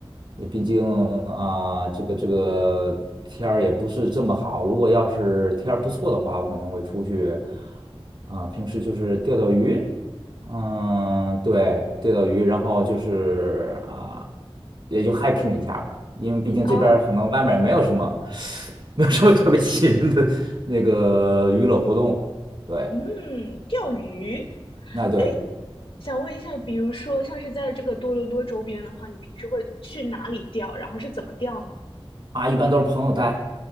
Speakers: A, on the right; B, on the left.
A: 你毕竟啊、这个这个天儿也不是这么好。如果要是天儿不错的话，我可能会出去啊、平时就是钓钓鱼，嗯，对，钓钓鱼，然后就是啊、也就 hiking 一下吧。因为毕竟这边儿可能外面儿没有什么，
B: 啊，
A: <sucks teeth> 没有什么特别吸引人的那个娱乐活动。对，
B: 嗯，钓鱼。
A: 那对
B: 哎，想问一下，比如说像是在这个多伦多周边的话，你平时会去哪里钓？然后是怎么钓呢？
A: 啊，一般都是朋友带。